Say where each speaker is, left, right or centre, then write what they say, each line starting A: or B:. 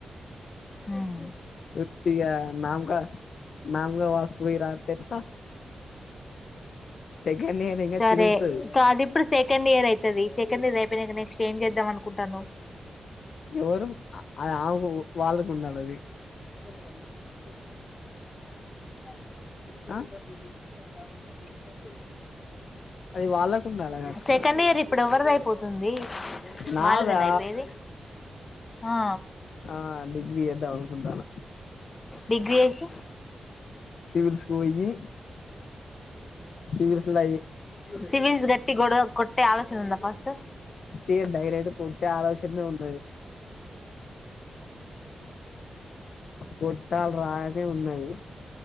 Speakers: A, on the left; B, on the left.
A: హుమ్
B: వుత్తిగా నామకా నామకా వాస్తు పోయి రాత్తే ఎట్లా సెకండ్ ఇయర్ ఇంగ
A: సరే
B: చినుగుతది
A: కాదు ఇప్పుడు సెకండ్ ఇయర్ అయతది సె సెకండ్ ఇయర్ అయిపోయినాక నెక్స్ట్ ఏం చేద్దాం అనుకుంటానవ్
B: ఎవరు ఆది అమ ఆ వాళ్ళకు ఉండాల ఆది
A: <unintelligible> <inaudible>
B: ఆ అది వాళ్ళకు ఉండాలి గా అక్క
A: సెకండ్ ఇయర్ ఇప్పుడు ఎవ్వరిది అయిపోతుంది
B: నాదా
A: వాళ్ళదేనా అయిపోయేది ఆ
B: ఆ డిగ్రీ చేద్దాం అనుకుంటాన
A: డిగ్రీ చేసి
B: సివిల్స్ పోయి సివిల్స్ లో
A: సివిల్స్ గట్టి గడ కొట్టే ఆలోచన ఉందా ఫస్ట్
B: టే డైరెక్ట్ కొట్టే ఆలోచన ఏ ఉన్నది కొట్టాలి రా అనే ఉన్నది